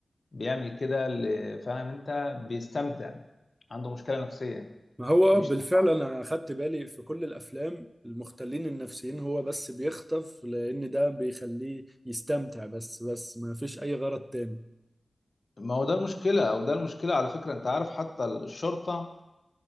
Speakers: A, on the left; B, on the right.
A: بيعمل كده اللي- فاهم انت بيستمتع عنده مشكلة نفسية
B: ما هو
A: مش
B: آه، بالفعل
A: طبعا
B: أنا أخدت بالي في كل الأفلام المختلين النفسيين هو بس بيخطف لأن ده بيخليه يستمتع بس بس ما فيش أي غرض تاني
A: ما هو ده المشكلة أو ده المشكلة على فكرة أنت عارف حتى الشرطة